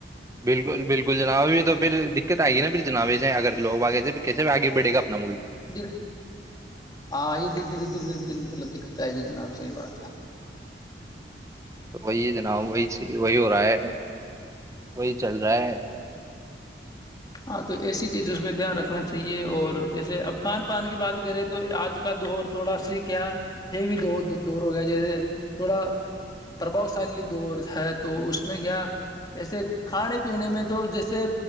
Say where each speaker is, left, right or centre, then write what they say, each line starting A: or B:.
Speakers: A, on the right (about 15°); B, on the left (about 25°).
A: بالکل بالکل جناب اب تو پھر دقتئے گی ن پھر جنابے اگر لوگے پھر کسے بھی آگے بڑھےا اپنا ملک
B: د ہاں یہ دھیرے دھیر دھیرے دھیرے دن مطلب دقت آئے گی جناب سےحی بات ہے
A: تو وہی جناب وہی سے وہی ہو رہا ہے وہی چل رہا ہے
B: ہاں تو ایسی چیزوں پہ دھیان رکھنا چاہیے اور جیسے اب کھان پان کی بات کریں تو آج کا دور تھوڑا سی کیا ہیوی دور ہو گیا جیسے تھوڑا پربھاؤ شالی دور ہے تو اس میں کیا جیسے کھانے پینے میں تو جیسے